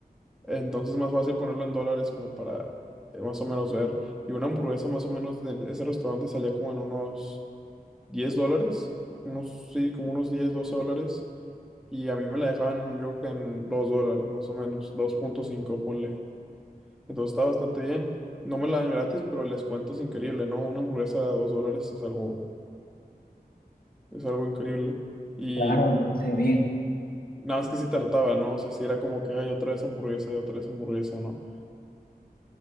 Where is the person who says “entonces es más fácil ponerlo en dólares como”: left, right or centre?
Centre